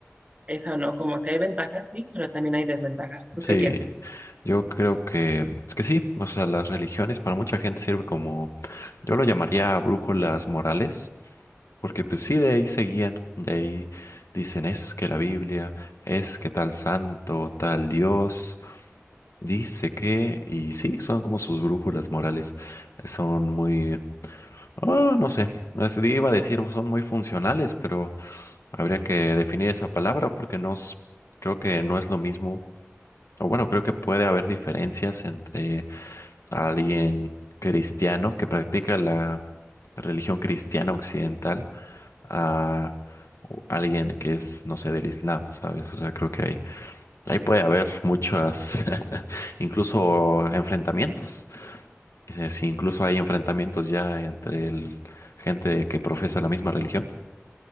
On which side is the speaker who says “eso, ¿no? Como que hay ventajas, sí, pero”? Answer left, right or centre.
Right